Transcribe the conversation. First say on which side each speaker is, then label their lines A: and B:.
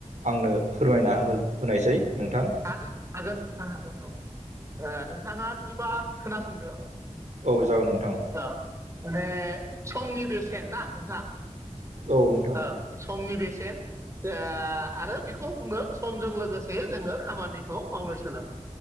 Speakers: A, on the right (about 75°); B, on the right (about 25°).
A: आंनो फोरमायना हो-होनायसै नोंथां।
B: हागोन हागोन नोंथां हागोन औ। ओ नोंथाङा बिदिबा खोनासंदो।
A: औ जागोन नोंथां।
B: औ माने समनि बेसेन ना नोंथां
A: औ नोंथां।
B: ओ समनि बेसेन आ आरो बेखौ बुङो समजों लोगोसे जोङो खामानिखौ मावनो सोलों।